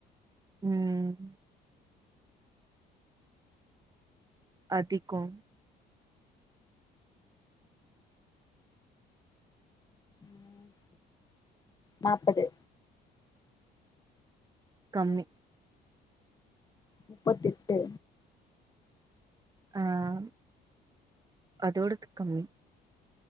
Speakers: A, on the right (about 20°); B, on the left (about 20°).
A: உம் அதிகம்
B: உம் நாப்பது
A: கம்மி
B: முப்பத் எட்டு
A: ஆஹ் அதோட க கம்மி